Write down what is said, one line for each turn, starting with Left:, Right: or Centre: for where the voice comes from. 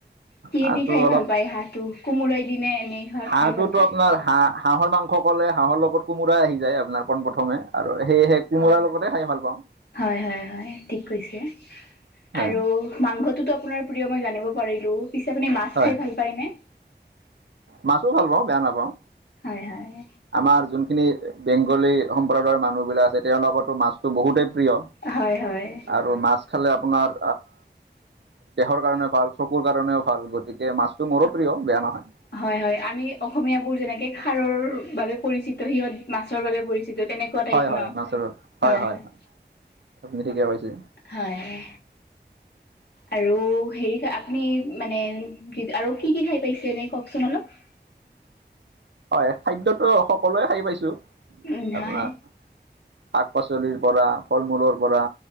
Left: কিয়েদি
Right: হাঁহটো
Left: খাই
Right: অলপ
Left: ভাল পায় হাঁহটো, কোমোৰাই দি নে এনেই?
Right: হাঁহটোতো
Left: খাই ভাল পায়?
Right: আপোনাৰ হাঁহ-হাঁহৰ মাংস ক'লে হাঁহৰ লগত কোমোৰাই আহি যায় আপোনাৰ পণ প্ৰথমে। আৰু সেয়েহে কোমোৰাৰ লগতে খাই ভাল পাও।
Left: হয়-হয়-হয়, ঠিক কৈছে।
Right: হয়
Left: আৰু মাংসটো আপোনাৰ প্ৰিয় মই জানিব পাৰিলো, পিছে আপুনি মাছ
Right: হয়
Left: খাই ভাল পায় নে?
Right: মাছো ভাল পাও বেয়া নাপাও।
Left: হয়-হয়।
Right: আমাৰ যোনখিনি বেংগলী সম্প্ৰদায়ৰ মানুহবিলাক আছে তেওঁলোকতো মাছটো বহুতেই প্ৰিয়।
Left: হয়-হয়।
Right: আৰু মাছ খালে আপোনাৰ দেহৰ কাৰণেও ভাল, চকুৰ কাৰণেও ভাল, গোটেই গতিকে মাছতো মোৰো প্ৰিয় বেয়া নহয়।
Left: হয়-হয় আমি অসমীয় বোৰ যেনেকে খাৰৰ বাবে পৰিচিত সিহঁত মাছৰ বাবে পৰিচিত তেনেকে টাইপ
Right: হয় হয়
Left: ন
Right: মাছৰ হয়
Left: হয়-হয়।
Right: হয় হয় আপুনি ঠিকে কৈছে।
Left: হয়। আৰু হেৰি আপুনি মানে য আৰু কি-কি খাই পাইছে এনেই কওকচোন অলপ?
Right: হয় খাদ্যটো সকলোৱে খাই পাইছো
Left: উম হয়
Right: আপোনাৰ। শাক পাচলিৰ পৰা ফল মূলৰ পৰা